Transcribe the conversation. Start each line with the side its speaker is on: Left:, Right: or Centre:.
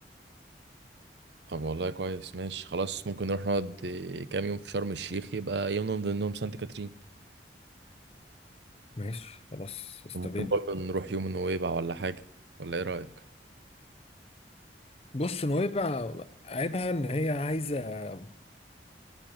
Right: طب والله كويس ماشي خلاص ممكن نروح نقعد آه، كام يوم في شرم الشيخ يبقى يوم من ضمنهم سانت كاترين
Left: ماشي خلاص استبينا
Right: وممكن برضه نروح يوم نويبع ولا حاجة ولا ايه رأيك؟
Left: بص نويبع عيبها ان هي عايزه